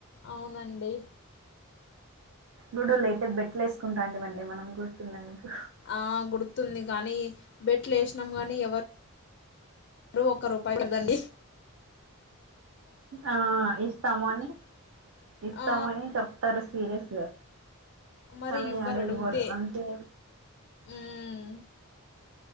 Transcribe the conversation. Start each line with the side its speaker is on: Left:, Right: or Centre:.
Left: అవునండి
Right: లూడోలు అయితే బెట్ లు వేసుకుంటాంటిమి అండి మనం గుర్తుందా మీకు
Left: ఆ గుర్తుంది కానీ బెట్లు వేసినాం కానీ ఎవరు రు ఒక్క రూపాయి కదండి
Right: ఆ ఇస్తాము అని ఇస్తామని
Left: ఆ
Right: చెప్తారు సీరియస్గా
Left: మరి
Right: కనీ అడ
Left: అడిగితే
Right: ఇవ్వరు అంటే
Left: మ్మ్